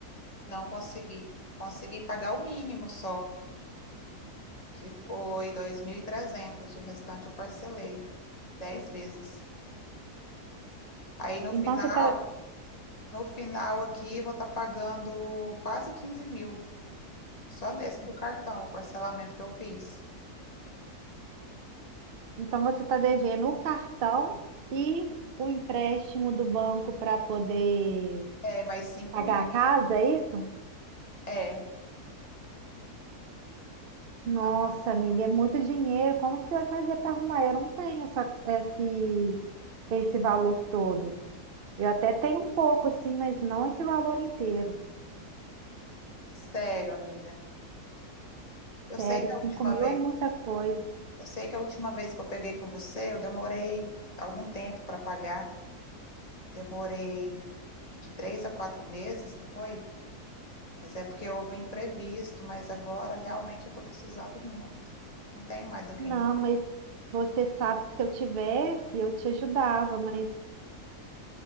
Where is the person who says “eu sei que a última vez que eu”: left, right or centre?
Left